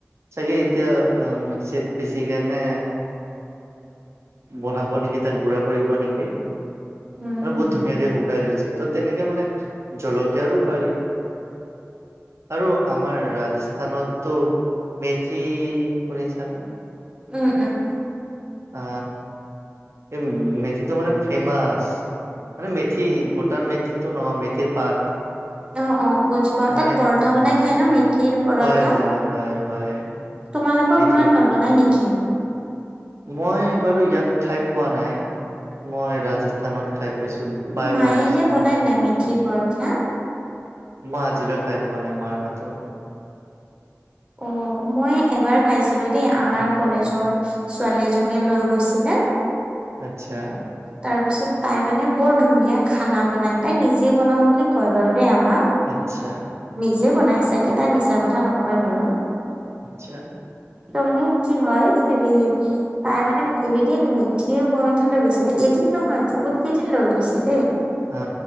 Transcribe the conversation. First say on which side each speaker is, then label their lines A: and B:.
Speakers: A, on the right; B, on the right.
A: চাগে এতিয়া আ চে বেচি কেনে বনাব নিকি তাক গুড়া কৰিব নিকি।
B: উম
A: আৰু
B: উম
A: বহুত ধুনীয়াকে শুকাই লৈছে ত' তেনেকে মানে জলকীয়াৰো পাৰি। আৰু আমাৰ ৰাজস্থানতটো মেথি শুনিছা ছা
B: উম উম।
A: আ এই মেথিটো মানে ফেমাচ। মানে মেথি গোটা মেথিটো নহয় মেথিৰ পাত।
B: অ অ বুজি পাও
A: মানে
B: তাত পৰঠা বনাই
A: হয়
B: খাই ন মিঠিৰ পৰঠা?
A: হয় হয় হয় হয়।
B: তোমালোকৰ
A: সেইটোৱে
B: ঘৰত নবনাই নিকি?
A: মই বাৰু ইয়াত খাই পোৱা নাই মই ৰাজস্থানত খাই পাইছো। বায়ে
B: মায়ে
A: বনাইছিলে
B: ইনে বনাই নাই মেথি পৰঠা?
A: মই আজিলৈ খাই পোৱা নাই মাৰ হাতৰ।
B: অ, মই এবাৰ খাইছিলো দেই আমাৰ
A: উম।
B: কলেজৰ ছোৱালী এজনীয়ে লৈ গৈছিলে।
A: আচ্ছা।
B: তাৰপিছত তাই মানে বৰ ধুনীয়া খানা বনাই, তাই নিজে বনাওঁ বুলি কয় বাৰু দেই আমাক।
A: আচ্ছা।
B: নিজে বনাই চাগে তাই মিছা কথা নকয় বাৰু।
A: আচ্ছা।
B: ত' মানে কি হয় হেৰি তাই মানে এদিন মেঠিৰ পৰঠা লৈ গৈছিলে এদিন নহয় বহুত কেইদিন লৈ গৈছে দেই।
A: হা